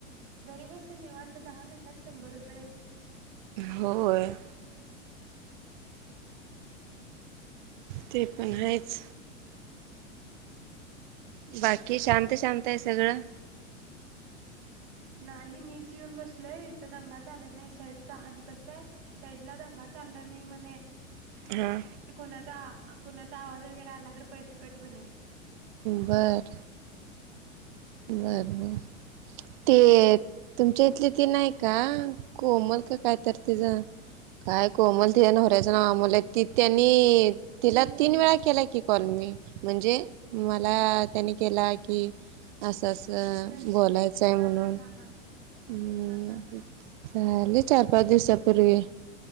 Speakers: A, on the right; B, on the right.
A: घरी बसून निेऊन तर दहा मिनटात. शंभर रुपये.
B: होय. ते पण आहेतच. बाकी शांत. शांत आहे सगळं.
A: नाही मीच येऊन बसलोयथ दंगा चालत नाही सेडचा आणि कस आहे. सईड ला दंग चल. नाही म
B: हा
A: ते कुणाचा कुणाचा आवाज? आल्र पैसे कट बणे.
B: बर. बर. ते तुमच्या इथले ते नाही का कोमल का काय तर तिच काय कोमल
A: हा
B: तीच <unintelligible> त्यांनी तिला तीन वेळा केला की कॉल मी म्हणजे मला त्यांनी केला की. असं असं
A: कधी
B: बोलायचं आहे म्हणून...
A: हा हा हा हा
B: हं
A: हा हा हा
B: झाले चार पाच दिवसापूर्वी..